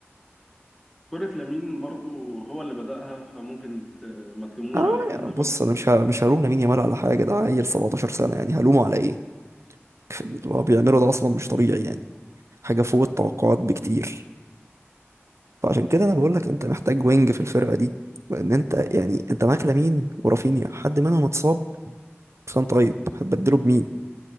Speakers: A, in the centre; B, on the right.
A: كرة لامين برضو هو اللي بدأها فممكن ت- ما تلوموش
B: اه
A: عليها
B: يا-
A: انما
B: بص انا مش ه... مش هلوم لامين يامال على حاجه ده عيل 17 سنه يعني هلومه على ايه اللي هو بيعمله ده اصلا مش طبيعي يعني حاجه فوق التوقعات بكتير فعشان كده انا بقول لك انت محتاج وينج في الفرقه دي لان انت يعني انت معاك لامين ورافينيا حد منهم اتصاب كان طيب هتبدله بمين